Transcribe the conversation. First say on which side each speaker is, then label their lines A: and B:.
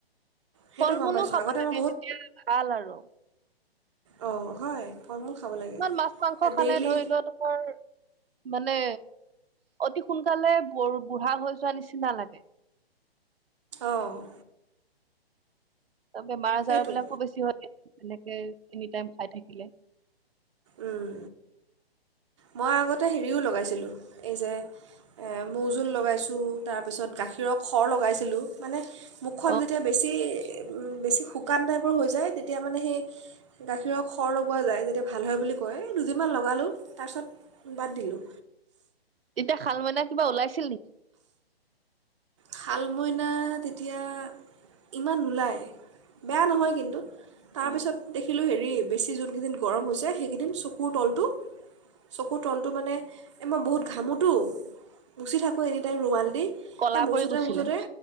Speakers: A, on the right; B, on the right.
A: সেইটো
B: ফল
A: গম
B: মূলো
A: পাইছোঁ
B: খাব
A: আগতে
B: লাগে
A: মই
B: তেতিয়া ভাল আৰু।
A: অ, হয়। ফল মূল খাব লাগে
B: ইমান মাছ, মাংস খালে
A: ডেইলি
B: ধৰি লোৱা তোমাৰ মানে মানে অতি সোনকালে বুঢ়া হৈ যোৱা নিচিনা লাগে।
A: অ',
B: ত'বেমাৰ -আজাৰ
A: সেইটোৱে
B: বিলাকো বেছি হয় গে। এনেকে এনি টাইম খাই থাকিলে
A: উম, মই আগতে হেৰিও লগাইছিলোঁ, এই যে, এ মৌজোল লগাইছোঁ তাৰপিছত গাখীৰক সৰ লগাইছিলোঁ মানে মুখখন
B: অ
A: যেতিয়া বেছি, বেছি শুকান টাইপৰ হৈ যায় তেতিয়া মানে সেই, গাখীৰৰ সৰ লগোৱা যায়। ভাল হয় বুলি কয় এই দুদিনমান লগালোঁ, তাৰপিছত, বাদ দিলোঁ।
B: তেতিয়া শাল মইনা কিবা ওলাইছিল নেকি?
A: শাল মইনা তেতিয়া, ইমান নোলায়, বেয়া নহয় কিন্তু। তাৰপিছত,
B: অ
A: দেখিলোঁ হেৰি বেছি যোনকেইদিন গৰম হৈছে সেইকেইদিন চকুৰ তলটো, চকুৰ তলটো মানে, এই মই বহুত ঘামোটো মুচি থাকোঁ এনি টাইম ৰুমাল দি।
B: কলা
A: সেই মুচোতে
B: পৰি গৈছিলে।
A: মুচোতে